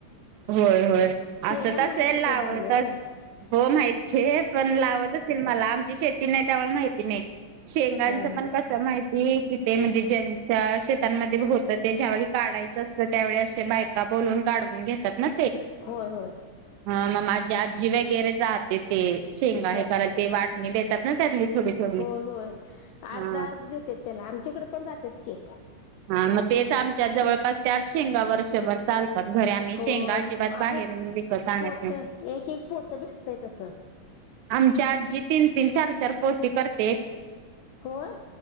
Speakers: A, on the right; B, on the left.
A: होय होय
B: त्याला
A: असं तसेल
B: म्हणायचं
A: लावत
B: कडधान्य
A: असतील
B: ग
A: हो माहित आहे पण लावत असेल मला आमची शेती नाही त्यामुळे माहिती नाही शेंगांच
B: ह ह
A: पण कसं माहिती कि ते म्हणजे ज्यांच्या शेतांमध्ये होत ते ज्यावेळी काढ च असत त्यावेळी असे बायका बोलून काढवून घेतात ना
B: होय होय
A: हा मग माझी आजी वगैरे जे ते शेंग
B: ह
A: आहे क ते वाटणी देतात ना त्यातली थोडी थोडी
B: होय होय अर्ध
A: हा
B: अर्ध देतात त्याला आमच्याकडे पण जातात की
A: हा मग तेच आमच्या जवळपास त्याच शेंगा वर्षभर चालतात घर आम्ही
B: होय
A: शेंगा अजिबात बाहेर
B: अगं
A: विकत आणत
B: पोत
A: नाही
B: एक एक पोत भेटतय तसं
A: आमच्या आजजी तीन तीन चार चार पोती करते
B: होय